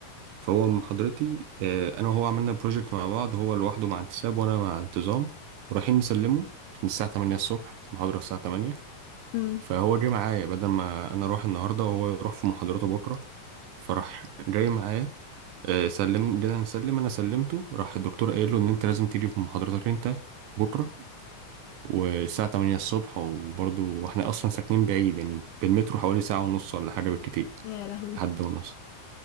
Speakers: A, on the right (about 80°); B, on the left (about 80°).
A: فهو محاضرتي آه، انا وهو عملنا بروجكت مع بعض هو لوحده مع انتساب وانا مع انتظام ورايحين نسلمه من الساعة 8 الصبح المحاضرة الساعة 8
B: امم
A: فهو جه معايا بدل ما انا اروح النهارده وهو يروح في محاضرته بكرة فراح جاي معايا آه، سلم جينا نسلم انا سلمته راح الدكتور قايل له ان انت لازم تيجي في محاضرتك انت بكرة والساعة 8 الصبح وبرضه واحنا أصلا ساكنين بعيد يعني بالمترو حوالي ساعة ونص ولا حاجة بالكتير
B: يا لهوي
A: لحد ونص